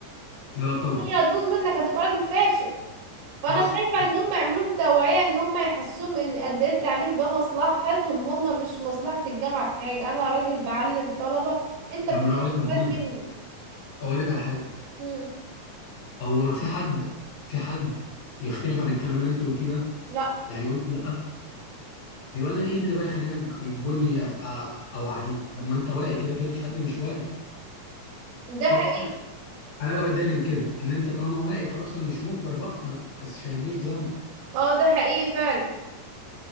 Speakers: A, on the left (about 60°); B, on the right (about 75°).
A: لا طبعا
B: الدنيا هتبوظ منك هتبقى راجل فاشل فانا
A: حصل
B: شايفة
A: حصل.
B: ان هم يعملوا لهم توعية ان هم يحسوهم ان قد ايه التعليم ده مصلحتهم هم مش مصلحة الجامعة في حاجة انا راجل بعلم طلبة انت بتجي
A: طب ما انا اقول لك
B: تستفاد
A: على حاجه
B: مني
A: اقول لك على حاجه
B: مم.
A: هو ما في حد في حد يختلف عن الكلام اللي انت قلتيه ده
B: لا
A: يعني يقول لك لا يبقى انا ايه اللي بقى يخليني أج- يجبرني أ- أ- اوعيه طب ما انت واعي كده كده مفيش حد مش واعي
B: ده
A: صح
B: حقيقي
A: انا بقى بتضايق من كده ان انت طالما واعي خلاص انا مش مجبر بقى ما تحسسنيش ذنبك
B: اه ده حقيقي فعلا